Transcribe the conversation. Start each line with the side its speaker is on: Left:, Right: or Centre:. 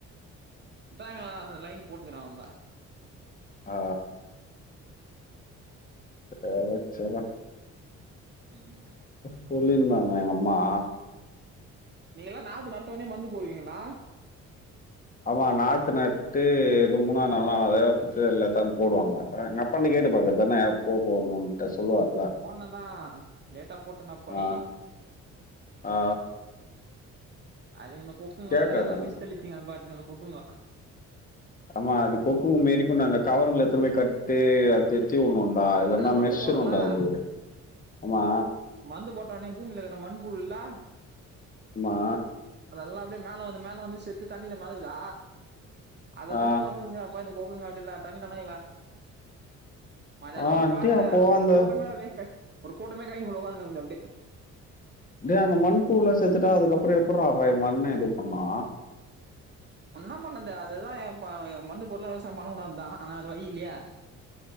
Right: இதாங்க அந்த லைன் போட்டுக்கிறே அவ்ளதா
Left: ஆ சேர்ரா செர்ரா
Right: ம்
Left: சொல்லிருந்தாங்க எங்க அம்மா
Right: நீங்கல்லா நாத்து நட்ட ஒண்ணே மருந்து போடுவீங்களா
Left: ஆமா நாத்து நட்டு இது மூணாது நாள் நால்ல புத்து இதுல எடுதாந்து போடுவாங்க எங்க அப் பன்ட கேட்டு பார்க்கற தான எப்ப போடணுன்ட்டு சொல்லுவார்
Right: போடணுந்தா லேட்டா போட்டன்னப்பாய்
Left: ஆ ஆ
Right: அது இந்த கொக்குங்க
Left: கேட்காதாங்க
Right: வேற எல்லா மிஸ் தெளிச்சிங்க அது பாட்டுக்கு அந்த கொக்குங்க
Left: ஆமா அது கொக்கு மேறிக்கொண்ட அந்த கவருங்கள எத்துன்னு போய் கட்டு அது சுத்தி வுடனுண்டா இல்லன்னா
Right: அந்த மருந்து
Left: மெர்சிருண்டா
Right: போட்றேன்ல
Left: அது ஆமா
Right: மந்து போட்ட ஒட்னே பூமிலகற மண்புழுல்ல
Left: ஆமா
Right: அதல்லா அப்டியே மேல வந்து மேல வந்து செத்து தண்ணில மெதக்குதா அத
Left: ஆ
Right: துண்ணது வந்து இங்க ப்பா இந்த கொக்குங்க அப்டில்லா டன் கணக்குல மத்யானோ
Left: ஆ
Right: வந்து பாக்குறே
Left: டே அப்போ
Right: ஒரு
Left: அந்த
Right: கூட்டமே அப்டி கஷ் ஒரு கூட்டமே கைனிகுல்ல ஒக்காந்துனுகுது அப்டியே
Left: டேய் அந்த மண் புழுவுலா சேத்துட்டா அதுக்கப்புறோ எப்புட்றா பாவி மண்ண இது பண்ணு
Right: உன்னா பண்றத்தே அதுதா பா அ மந்து பொருள்ளா விவசாயோ பண்ண கூடாத்தா ஆனா வேற வயி இல்லையே